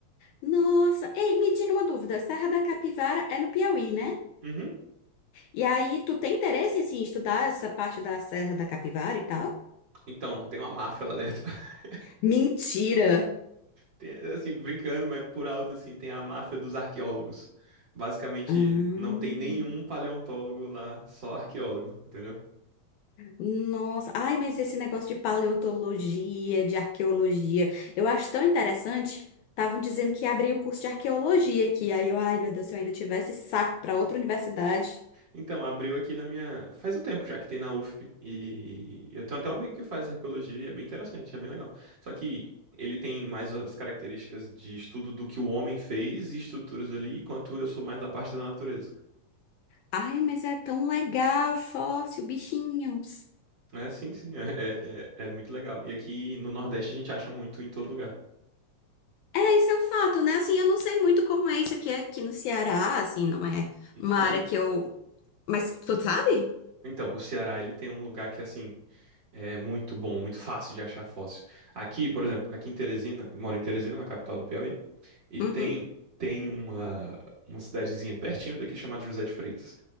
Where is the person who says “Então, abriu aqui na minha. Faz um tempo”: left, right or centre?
Right